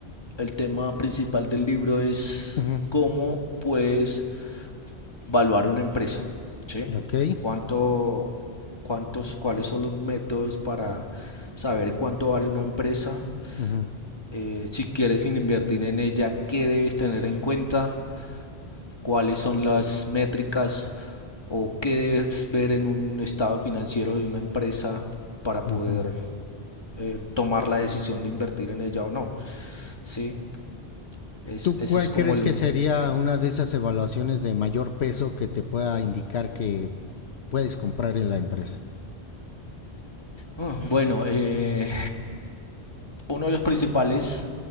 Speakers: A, on the left (about 25°); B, on the left (about 75°).
A: el tema principal del libro es
B: ujú,
A: cómo puedes valuar una empresa, ¿sí?
B: Ok.
A: ¿Cuánto, cuántos, cuáles son los métodos para saber cuánto vale una empresa?
B: ujú,
A: Eh, si quieres invertir en ella, ¿qué debes tener en cuenta? ¿Cuáles son las métricas o qué debes ver en un estado financiero de una empresa para
B: ujú.
A: poder eh, tomar la decisión de invertir en ella o no. ¿sí? Es,
B: ¿Tú cuál
A: ese es como
B: crees
A: el...
B: que sería una de esas evaluaciones de mayor peso que te pueda indicar que puedes comprar en la empresa?
A: Oh, bueno, eh, uno de los principales...